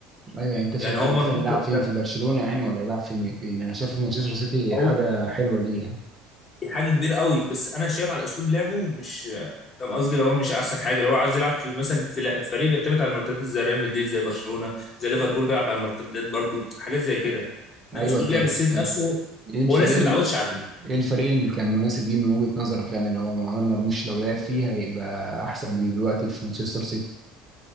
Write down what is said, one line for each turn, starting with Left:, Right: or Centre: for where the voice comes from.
Right: ايوه يعني انت شايفه
Left: يعني هو مرموش
Right: مثلا يلعب فين
Left: ده-
Right: في برشلونه يعني ولا يلعب فين فين انا شايفه في مانشستر سيتي
Left: او
Right: حاجه حلوه ليه يعني
Left: دي حاجه كبيره قوي بس انا شايف على اسلوب لعبه مش فاهم قصدي اللي هو مش احسن حاجه اللي هو عايز يلعب في مثلا في لا- فريق بيعتمد على المرتدات زي ريال مدريد زي برشلونه زي ليفربول بيلعب على المرتدات برضو حاجات زي كده انما
Right: ايوه
Left: اسلوب
Right: طب
Left: لعب السيتي
Right: طب
Left: نفسه
Right: ايه الفريق
Left: هو لسه متعودش عليه
Right: ايه الفريق اللي كان مناسب ليه من وجهة نظرك يعني لو عمر مرموش لو لعب فيه هيبقى احسن من دلوقتي في مانشستر سيتي